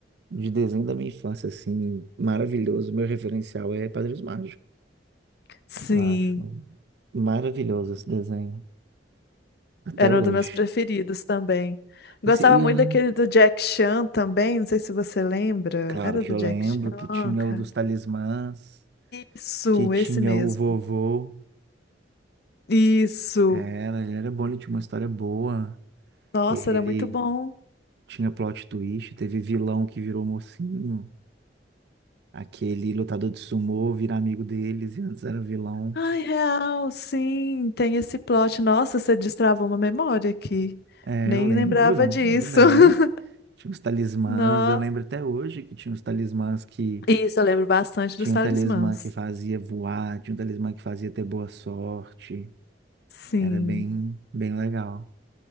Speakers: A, on the right; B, on the left.
A: de desenho da minha infância, assim, maravilhoso. Meu referencial é Padrinhos Mágicos.
B: Sim.
A: Eu acho maravilhoso esse desenho, até
B: Era
A: hoje.
B: um dos meus preferidos também. Gostava
A: E, se- e eu
B: muito
A: lembro,
B: daquele do Jack Chan também, não sei se você lembra.
A: claro
B: Era
A: que
B: do
A: eu
B: Jack
A: lembro
B: Chan,
A: que tinha
B: cara.
A: o dos talismãs,
B: Isso,
A: que tinha
B: esse mesmo.
A: o vovô.
B: Isso.
A: Era, ele era bom, ele tinha uma história boa.
B: Nossa,
A: Ele
B: era muito bom.
A: tinha plot twist, teve vilão que virou mocinho, aquele lutador de sumô virar amigo deles, e antes era vilão.
B: Ai, real, sim, tem esse plot. Nossa, você destravou uma memória aqui.
A: É,
B: Nem
A: eu lembro,
B: lembrava disso.
A: lembro bem.
B: <laughs>
A: Tinha os talismãs,
B: Nó.
A: eu lembro até hoje que tinha os talismãs que
B: Isso, eu lembro bastante
A: tinha
B: dos talismãs.
A: um talismã que fazia voar, tinha um talismã que fazia ter boa sorte.
B: Sim.
A: Era bem, bem legal.